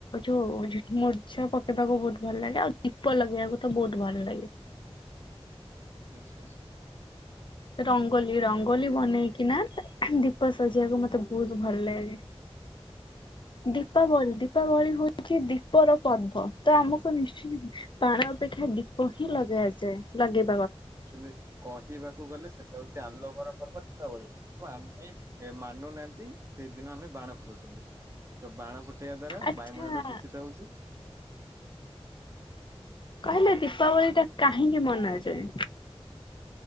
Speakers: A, on the left (about 50°); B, on the right (about 25°).
A: ଯୋଉ ମୁରୁଜ ପକେଇବାକୁ ବହୁତ ଭଲ ଲାଗେ ଆଉ ଦୀପ ଲଗେଇବାକୁ ତ ବହୁତ ଭଲ ଲାଗେ।
B: ଆଛା।
A: ରଙ୍ଗୋଲି ରଙ୍ଗୋଲି ବନେଇକି ନା ତା ଦୀପ ସଜେଇବାକୁ ମତେ ବହୁତ ଭଲ ଲାଗେ। ଦୀପାବଳି
B: ଆଚ୍ଛା
A: ଦୀପାବଳି ହଉଛି ଦୀ ଦୀପର ପର୍ବ ତ ଆମକୁ ନିଶ୍ଚେ ବାଣ ଅପେକ୍ଷା ଦୀପ ହିଁ ଲଗାଏ ଜାଏ ଲଗେଇ।
B: ଆଚୁଆଲି କହିବାକୁ ଗଲେ ସେ? ଏତ ଆଲୋକର ପର୍ବ ଦୀପାବଳି କିନ୍ତୁ ଆମେ ମାନୁନାହାନ୍ତି ସେଇଦିନ ଆମେ ବାଣ ଫୁଟଉଛନ୍ତି। ତ ବାଣ ଫୁଟେଇବା ଦ୍ଵାରା
A: ଆଚ୍ଛା
B: ବାୟୁମଣ୍ଡଳ ଦୂଷିତ ହଉଛି।
A: କହିଲେ ଦୀପାବଳି ଟା କାହିଁକି ମନାଯାଏ?